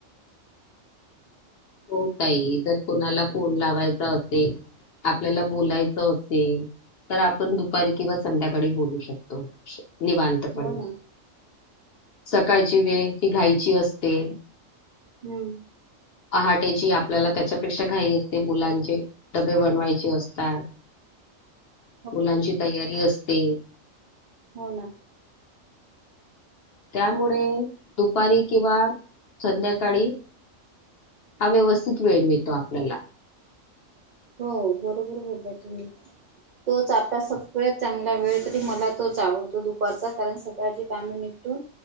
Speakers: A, on the left (about 60°); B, on the right (about 70°).
A: हो ताई, जर कोणाला फोन लावायचा असेल, आपल्याला बोलायचं असेल, तर आपण दुपारी किंवा संध्याकाळी बोलू शकतो. निवांतपणे,
B: हो ना
A: सकाळची वेळ हि घाईची असते.
B: हम्म.
A: पहाटेची आपल्याला त्याच्यापेक्षा घाई असते, मुलांचे डबे बनवायचे असतात.
B: <inaudible>
A: मुलांची तयारी असते.
B: हो ना.
A: त्यामुळे दुपारी किंवा, संध्याकाळी हा व्यवस्थित वेळ मिळतो आपल्याला.
B: हो, बरोबर बोलताय तुम्ही. तोच आपला सगळ्यात चांगला वेळ, तरी मला तोच आवडतो दुपारचा, कारण सकाळची कामे निप तो,